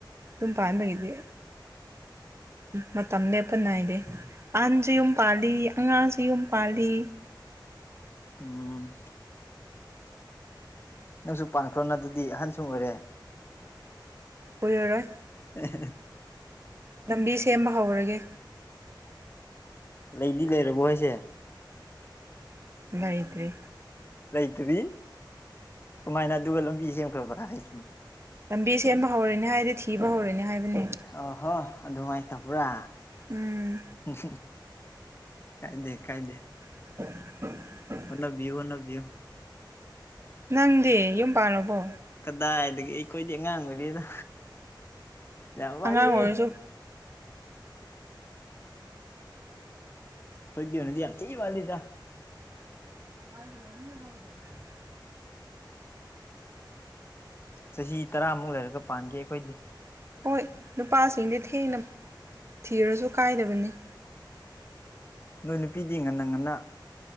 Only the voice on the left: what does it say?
ꯎꯝ ꯅꯪꯁꯨ ꯄꯥꯟꯈ꯭ꯔꯣ ꯅꯥꯠꯇꯔ꯭ꯗꯤ ꯑꯍꯟꯁꯨ ꯑꯣꯏꯔꯦ
<unintelligible>
ꯂꯩꯗꯤ ꯂꯩꯔꯕꯣ ꯍꯥꯏꯁꯦ
ꯂꯩꯇꯔꯤ ꯀꯃꯥꯏꯅ ꯑꯗꯨꯒ ꯂꯝꯕꯤ ꯁꯦꯝꯈ꯭ꯔꯕ꯭ꯔꯥ ꯍꯥꯏꯁꯤ
ꯑꯥꯍꯣ ꯑꯗꯨꯃꯥꯏꯅ ꯇꯧꯕ꯭ꯔꯥ
ꯎꯝ ꯀꯥꯏꯗꯦ ꯀꯥꯏꯗꯦ
ꯍꯣꯠꯅꯕꯤꯌꯨ ꯍꯣꯠꯅꯕꯤꯌꯨ
ꯀꯗꯥꯏꯗꯒꯤ ꯑꯩꯈꯣꯏꯗꯤ ꯑꯉꯥꯡ ꯑꯣꯏꯔꯤꯗ ꯌꯥꯝ ꯋꯥꯠꯂꯤ
ꯑꯩꯈꯣꯏꯒꯤ ꯑꯣꯏꯅꯗꯤ ꯌꯥꯝ ꯊꯤ ꯋꯥꯠꯂꯤꯗ
ꯆꯥꯍꯤ ꯇꯔꯥꯃꯨꯛ ꯂꯩꯔꯒ ꯄꯥꯟꯒꯦ ꯑꯩꯈꯣꯏꯗꯤ
ꯅꯣꯏ ꯅꯨꯄꯤꯗꯤ ꯉꯟꯅ ꯉꯟꯅ